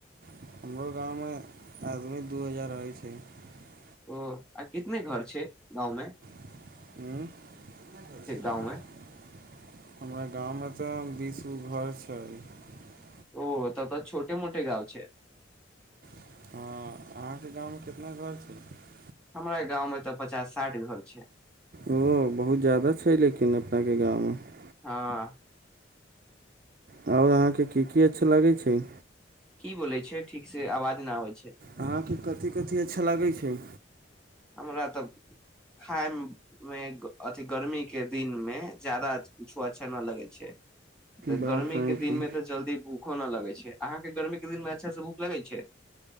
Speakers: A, on the right; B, in the centre.
A: <unintelligible>
B: ओ आ कितने घर छैय गांवमे?
A: <unintelligible>
B: गाँव मे
A: <unintelligible>
B: ओ तब तऽ छोटे मिटे गाँव छैय।
A: <unintelligible>
B: हमरा गांव मे तऽ पचास साठि घर छै
A: ओ बहुत ज्यादा छै <unintelligible>
B: हाँ
A: आओर अहाँक की की अच्छा लगैत छैय?
B: की बोलय छियै ठीकसे आवाज न आवै
A: अहाँके कथि कथि अच्छा लागै छैय?
B: हमरा तऽ खाय मे अथी गर्मीके दिनमे ज्यादा कुछु अच्छा नै लगैत छैय। तऽ
A: बात
B: गर्मी
A: सही
B: के दिन
A: छै
B: में तऽ जल्दी भूखो न लगै छैय। आँहांके गर्मी के दिन मे अच्छासे भूख लगै छैय?